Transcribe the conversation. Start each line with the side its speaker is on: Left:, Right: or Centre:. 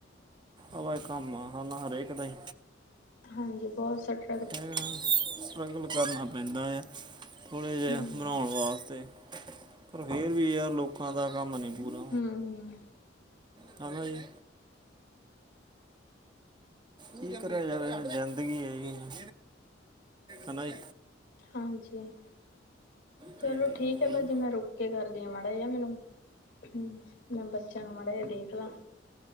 Right: ਆਲਾ ਕੰਮ ਆ ਹਨਾ ਹਰੇਕ ਦਾ ਈ।
Left: ਹਾਂਜੀ ਬਹੁਤ ਸਟ
Right: ਹਾਂ ਸਟਰੱਗਲ ਕਰਨਾ ਪੈਂਦਾ ਐ। ਥੋੜ੍ਹੇ ਜਿਹੇ
Left: ਹੂੰ
Right: ਬਣਾਉਣ ਵਾਸਤੇ, ਪਰ ਫਿਰ ਵੀ ਯਾਰ ਲੋਕਾਂ ਦਾ ਕੰਮ ਨਹੀਂ ਪੂਰਾ
Left: ਹੂੰ- ਹੂੰ
Right: ਖਾਣਾ ਜੇ। ਕੀ ਕਰਿਆ ਜਾਵੇ ਹੁਣ ਜ਼ਿੰਦਗੀ ਹੈਗੀ ਆ। ਹਨਾ ਏ।
Left: ਹਾਂਜੀ। ਚੱਲੋ
Right: ਤੇ
Left: ਠੀਕ
Right: ਹੋਰ
Left: ਐ ਭਾਜੀ ਮੈਂ ਰੁ ਕੇ ਕਰਦੀ ਆ ਮਾੜਾ ਜਿਆ ਮੈਨੂੰ, ਹੂੰ ਮੈਂ ਬੱਚਿਆਂ ਨੂੰ ਮਾੜਾ ਜਿਆ ਦੇਖਲਾ।